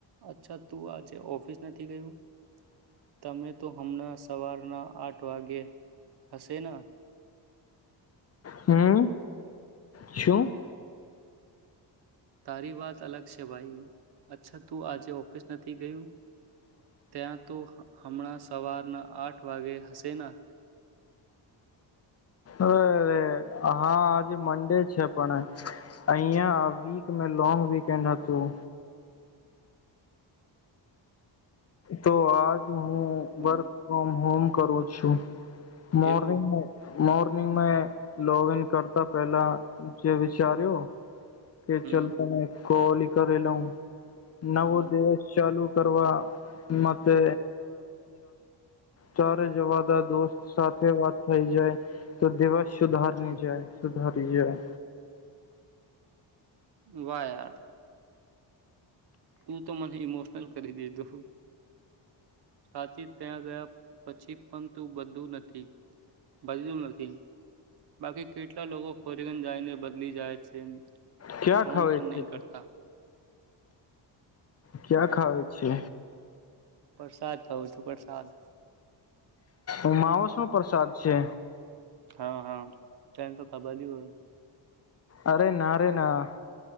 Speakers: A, on the right; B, on the left.
A: અચ્છા તું આજે ઓફિસ નથી ગયું તમે તો હમણાં સવારના આઠ વાગે હશેના
B: હમ શું.
A: તારી વાત અલગ છે ભાઈ અચ્છા તું આજે ઓફિસ નથી ગયું ત્યાં તો હમણાં સવારના આઠ વાગે હશે ના
B: અરે હા આજે મન્ડે છે પણ અહીંયા વીક મે લોંગ વીકેન્ડ હતું તો આજ હું
A: હમ
B: વર્ક ફ્રોમ હોમ કરું છું મોર્નિંગ
A: એવું
B: <unintelligible> મોર્નિંગં મે લોગઈન કરતા પેલા જે વિચાર્યો કે <unintelligible>
A: હમ
B: કોલી કરી લઉ નવો
A: હમ
B: દિવસ ચાલુ કરવા માટે તરા જેવા <unintelligible> દોસ્ત સાથે વાત થઈ જાય તો દિવસ સુધારની જાય સુધારી જાય
A: વા યાર તું તો મને ઇમોશનલ કરી દીધું સાચી ત્યાં ગયા પછી પણ તું બધું નથી બલું નથી બાકી કેટલા લોકો ફોરીગન જાયને બદલી જાય છે
B: ક્યા
A: ફોન
B: ખાવે
A: પણ
B: છે
A: નહીં કરતા
B: ક્યા ખાવ છે
A: પરસાદ ખઉં છું પરસાદ
B: અમાવસ નો પ્રસાદ છે
A: હા હા તને તો ખબરલી હોય
B: અરે ના અરે ના